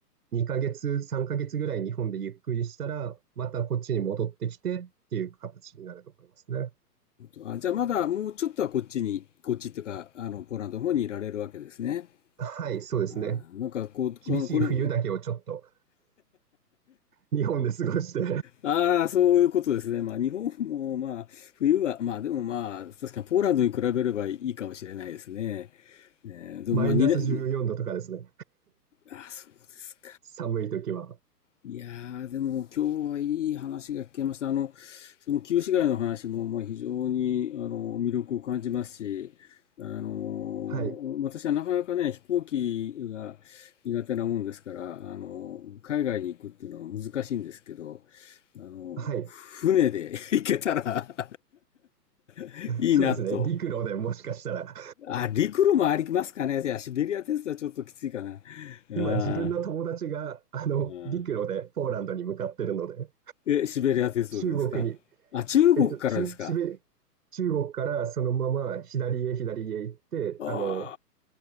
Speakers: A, on the right; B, on the left.
A: 2ヶ月、3ヶ月ぐらい日本でゆっくりしたら、またこっちに戻ってきてっていう形になると思いますね。
B: ー、あじゃあまだもうちょっとはこっちに、こっちっていうか、あの、ポーランドの方にいられるわけですね。
A: はい、そうですね。
B: ああ、なんかこう、この、
A: 厳しい冬だけをちょっと
B: これ、
A: 日本で過ごして
B: ああ、そういうことですね。まあ、日本も、まあ、冬は、まあ、でもまあ、確かにポーランドに比べればいいかもしれないですね。ねえーでもまあ、
A: <laughs> マイナス14度とかですね。
B: 2年、ああ、そうです
A: 寒い時は。
B: いやー、でも今日はいい話が聞けました。あの、その旧市街の話も、まあ、非常にあの魅力を感じますし、あの、
A: はい。
B: 私はなかなかね、飛行機が苦手なもんですから、あの、海外に行くっていうのは難しいんですけど、あの、
A: はい。
B: 船で <laughs> 行けたら <laughs> いいなと。
A: そうですね。陸路でもしかしたら
B: あ、陸路もありますかね。いや、シベリア鉄道はちょっときついかな。
A: <laughs>
B: うん、
A: 今自分の友達があの陸路でポーランドに向かってるので、
B: うんえ、シベリア鉄道ですかあ、
A: 中国に、
B: 中国からですか
A: えっと、中、シベ中国からそのまま左へ左へ行って、
B: あ
A: あの、